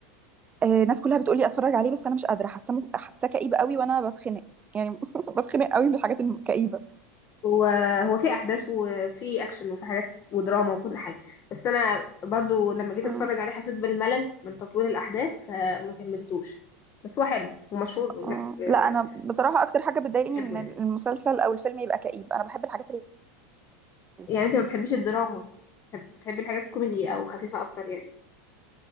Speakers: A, on the right; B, on the left.
A: آه، الناس كلها بتقولي اتفرج عليه بس انا مش قادره حاسه مو- حاساه كئيب قوي وانا بتخنق يعني <laughs> بتخنق قوي من الحاجات الكئيبه
B: هو هو في أحداث وفي أكشن وفي حاجات ودراما وكل حاجة بس أنا برضو لما جيت
A: اه
B: أتفرج عليه حسيت بالملل من تطويل الأحداث فما كملتوش بس هو حلو ومشهور والناس
A: اه
B: آه،
A: لا انا بصراحه اكتر حاجه بتضايقني
B: بتحبه
A: ان المسلسل
B: يعني
A: او الفيلم يبقى كئيب انا بحب الحاجات اللي
B: يعني أنت ما بتحبش الدراما بتحب- بتحبي الحاجات الكوميدي أو خفيفة أكتر يعني